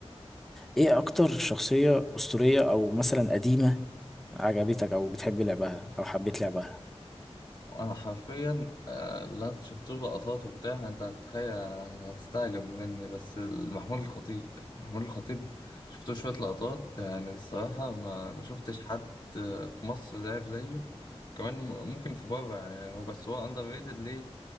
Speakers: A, in the centre; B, on the left (about 40°).
A: ايه اكتر شخصية اسطورية او مثلا قديمة عجبتك او بتحب لعبها او حبيت لعبها
B: انا حرفيا آه، اللي انا شفت له لقطات وبتاع انت هتتخيل هتستعجب مني بس محمود الخطيب محمود الخطيب شفت له شويه لقطات يعني الصراحه ما ما شفتش حد آه، في مصر لعب زيه كمان م- ممكن في بره يعني هو بس هو اندر ريتد ليه